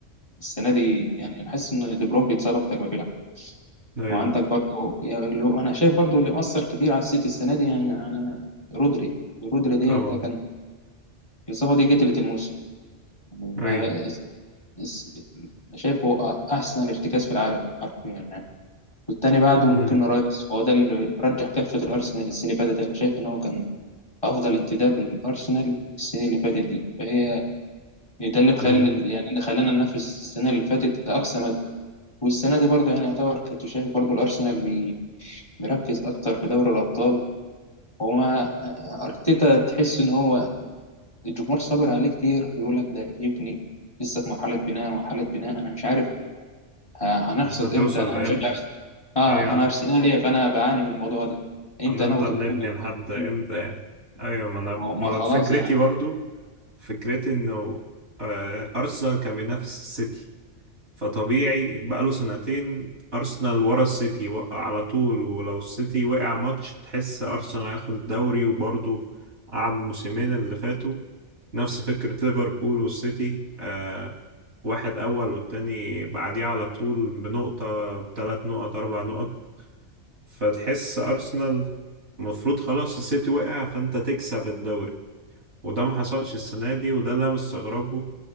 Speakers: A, on the left; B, on the right.
A: السنة دي يعني أنا حاسس إن دي بروين بيتصاب أكتر ما بيلعب
B: اي
A: وعندك برضه يعني لو- أنا شايف برضه اللي مأثر كتير على السيتي السنة دي يعني أنا رودري رودري ديت
B: طبعا
A: كان الإصابة دي قتلت الموسم يعني
B: اي
A: ما اس- أنا شايفه أحسن ارتكاز في العالم حرفيا يعني والتاني بعده
B: امم
A: ممكن رايس فهو ده اللي مرجح كفة الأرسنال السنة اللي فاتت أنا شايف إن هو كان أفضل انتداب للأرسنال السنة اللي فاتت دي فهي ده اللي مخلي
B: امم
A: يعني اللي خلانا ننافس السنة اللي فاتت لأقصى مدى والسنة دي برضه يعني يعتبر كنت شايف برضه الأرسنال بي- بيركز أكتر في دوري الأبطال وما أرتيتا تحس إن هو الجمهور صابر عليه كتير بيقول لك ده بيبني لسه في مرحلة بناء مرحلة بناء أنا مش عارف آه هنحصد
B: هتوصل
A: امتى انا
B: لامتى؟
A: مشجع اه
B: اي يعني
A: انا ارسنالي فانا بعاني من الموضوع ده امتى
B: هنفضل
A: ناخد بطوله
B: نبني لحد امتى
A: مم.
B: يعني ايوه ما انا
A: ما هو- ما
B: ما
A: خلاص
B: فكرتي
A: يعني
B: برضو فكرتي انه آه، ارسنال كان بينافس السيتي فطبيعي بقاله سنتين ارسنال ورا السيتي وقع على طول ولو السيتي وقع ماتش تحس ارسنال هياخد الدوري وبرضو قعد موسمين اللي فاتوا نفس فكرة ليفربول والسيتي آه، واحد اول والتاني بعديه على طول بنقطة بثلاث نقط اربع نقط فتحس أرسنال المفروض خلاص السيتي وقع فأنت تكسب الدوري وده ما حصلش السنة دي وده اللي أنا مستغربه